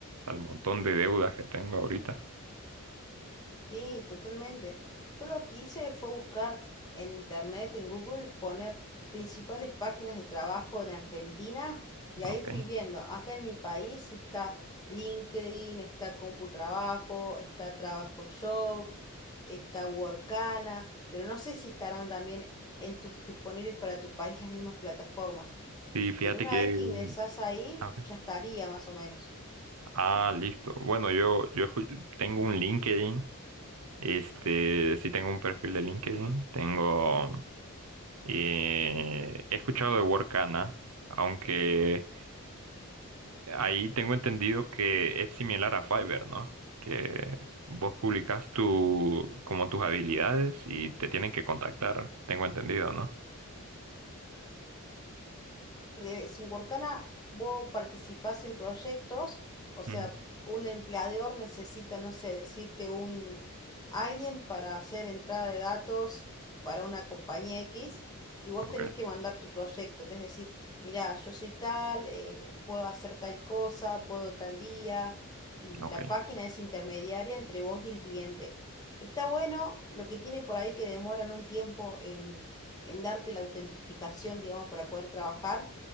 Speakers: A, on the right; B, on the left.
A: al montón de deudas que tengo ahorita.
B: Sí, totalmente. Yo lo que hice fue buscar en internet, en Google, poner principales páginas de trabajo en Argentina y ahí
A: Okay.
B: fui viendo. Acá en mi país está LinkedIn, está Computrabajo, está Trabajo Jobs, está Workana, pero no sé si estarán también en tu- disponibles para tu país las mismas plataformas.
A: Sí, fíjate
B: Pero una
A: que...
B: vez que
A: mm,
B: ingresás ahí,
A: a ver.
B: ya estaría más o menos.
A: Ah, listo. Bueno, yo, yo escu- tengo un LinkedIn. Este, sí tengo un perfil de LinkedIn. Tengo... eh, he escuchado de Workana, aunque ahí tengo entendido que es similar a Fiverr, ¿no? Que vos publicas tu, como tus habilidades y te tienen que contactar. Tengo entendido, ¿no?
B: de- si en Workana vos participás en proyectos, o sea,
A: Ujú.
B: un empleador necesita, no sé, decirte un alguien para hacer entrada de datos para una compañía X y vos tenés
A: Okay,
B: que mandar tu proyecto, que es decir, mirá, yo soy tal, eh, puedo hacer tal cosa, puedo tal día, y
A: okay.
B: la página es intermediaria entre vos y el cliente. Está bueno, lo que tiene por ahí que demoran un tiempo en, en darte la autentificación, digamos, para poder trabajar